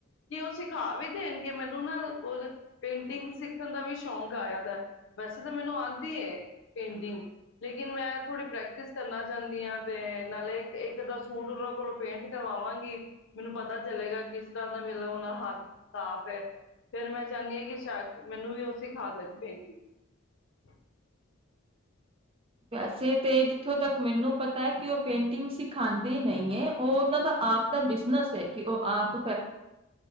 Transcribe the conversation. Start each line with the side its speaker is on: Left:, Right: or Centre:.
Left: ਕਿ ਉਹ ਸਿਖਾ ਵੀ ਦੇਣਗੇ ਮੈਨੂੰ ਨਾ ਕੁ ਪੇਂਟਿੰਗ ਸਿੱਖਣ ਦਾ ਵੀ ਸ਼ੌਕ ਆਇਆ ਵੈਸੇ ਤਾਂ ਮੈਨੂੰ ਆਉਂਦੀ ਪੇਂਟਿੰਗ ਲੇਕਿਨ ਮੈਂ ਥੋੜ੍ਹੀ ਪ੍ਰੈਕਟਿਸ ਕਰਨਾ ਚਾਹੁੰਦੀ ਹਾਂ ਤੇ ਨਾਲੇ ਇੱਕ ਅੱਧਾਂ ਸੂਟ ਉਹਨਾਂ ਕੋਲੋਂ ਪੇਂਟ ਕਰਵਾਵਾਂਗੀ ਮੈਨੂੰ ਪਤਾ ਚਲੇਗਾ ਕਿਸ ਤਰ੍ਹਾਂ ਦਾ ਮਤਲਬ ਉਹ ਦਾ ਹੱਥ ਸਾਫ ਹੈ ਫੇਰ ਮੈਂ ਚਾਹੁੰਦੀ ਹਾਂ ਕਿ ਸ਼ ਮੈਨੂੰ ਵੀ ਸਿਖਾ ਦੇ ਨੇ ਪੇਂਟਿੰਗ
Right: ਵੈਸੇ ਤੇ ਜਿਥੋਂ ਤੱਕ ਮੈਨੂੰ ਪਤਾ ਹੈ ਕਿ ਉਹ ਪੇਂਟਿੰਗ ਸਿਖਾਦੇ ਨਹੀਂ ਹੈ ਉਹ ਉਹਨਾਂ ਦਾ ਆਪ ਦਾ ਬਿਜਨਸ ਹੈ ਕਿ ਉਹ ਆਪ